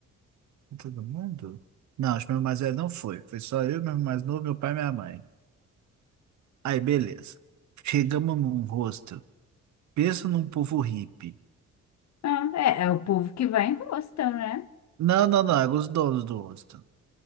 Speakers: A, on the right; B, on the left.
A: Todo mundo? Não, acho que meu mais velho não foi. Foi só eu, meu mais novo, meu pai e minha mãe. Aí, beleza. Chegamos num rosto. Pensa num povo hippie.
B: Ah, é, é o povo que vai em hostel, né?
A: Não, não, não. Eram os donos do rosto.